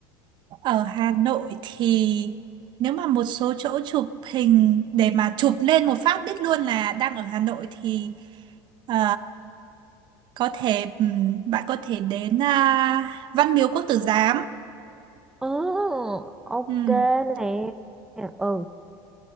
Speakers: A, on the right; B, in the centre.
A: ở Hà Nội thì nếu mà một số chỗ chụp hình để mà chụp lên một phát biết luôn là đang ở Hà Nội thì ờ, có thể ừm, bạn có thể đến à, Văn Miếu Quốc Tử Giám.
B: Ồ, ok
A: Ừm.
B: nè ừ